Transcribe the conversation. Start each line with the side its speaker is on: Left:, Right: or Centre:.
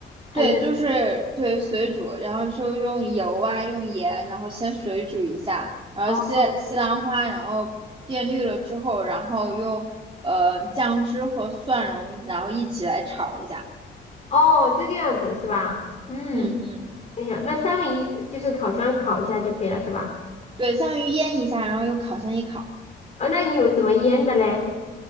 Left: 还是
Right: 对，就是对水煮，然后说用油啊，用盐，然后先水煮一下，然后西西兰花，
Left: 哦
Right: 然后变绿了之后，然后用呃酱汁和蒜蓉，然后一起来炒一下。
Left: 哦这个样子是吧？嗯，
Right: 嗯嗯，
Left: 等一下，那三文鱼就是烤箱烤一下就可以了是吧？
Right: 对，相当于腌一下，然后用烤箱一烤。
Left: 哦，那你有怎么腌的嘞？